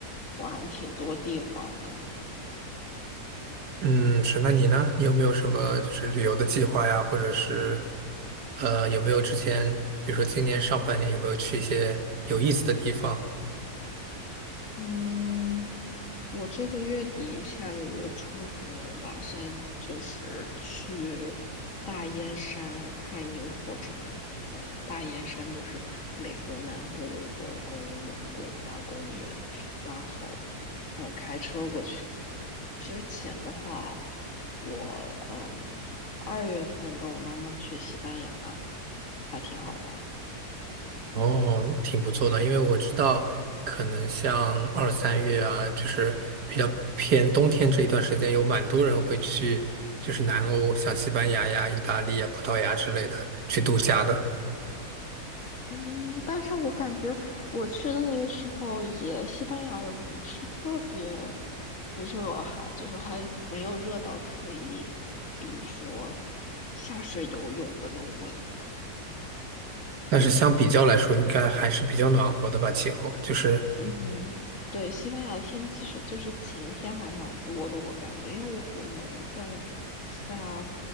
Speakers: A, on the left; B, on the right.
A: 玩挺多地方的。
B: 嗯，是，那你呢？你有没有什么就是旅游的计划呀？或者是呃，有没有之前，比如说今年上半年有没有去一些有意思的地方？
A: 嗯，我这个月底下个月初可能打算就是去大燕山看萤火虫。呃，大燕山就是美国南部的一个公园，国家公园。然后，呃，开车过去。之前的话，我嗯二月份跟我妈妈去西班牙，还挺好玩。
B: 哦，挺不错的，因为我知道可能像二三月啊，就是比较偏冬天这一段时间，有蛮多人会去就是南欧，像西班牙呀、意大利啊、葡萄牙之类的去度假的。
A: 嗯，但是我感觉我去的那时候也西班牙也不是特别。只是我还就是还没有热到可以，比如说下水游泳的那种温度。
B: 但是相比较来说，应该还是比较暖和的吧，气候。就是，
A: 嗯，对，西班牙的天气是就是晴天还蛮多的，我感觉，因为我我们在西班牙